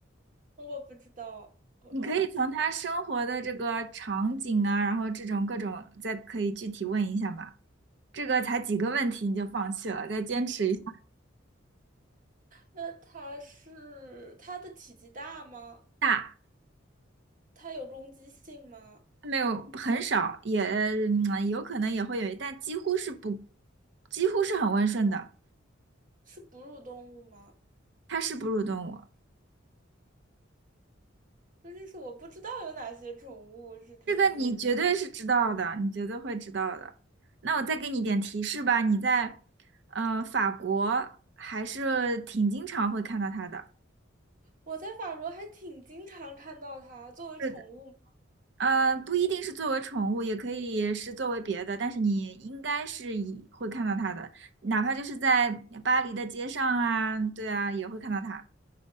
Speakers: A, on the right; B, on the right.
A: 我不知道，我放弃。
B: 你可以从它生活的这个场景啊，然后这种各种，再可以具体问一下嘛。这个才几个问题你就放弃了，再坚持一下。
A: 那它是它的体积大吗？
B: 大
A: 它有攻击性吗？
B: 没有很少，也嗯有可能也会有，但几乎是不，几乎是很温顺的，
A: 是哺乳动物吗？
B: 它是哺乳动物。
A: 究竟是我不知道有哪些宠物是可以。
B: 这个你绝对是知道的，你绝对会知道的。那我再给你点提示吧，你在呃法国还是挺经常会看到它的。
A: 我在法国还挺经常看到它作为宠物，
B: 是的。呃，不一定是作为宠物，也可以是作为别的，但是你应该是以会看到它的，哪怕就是在巴黎的街上啊，对啊，也会看到它。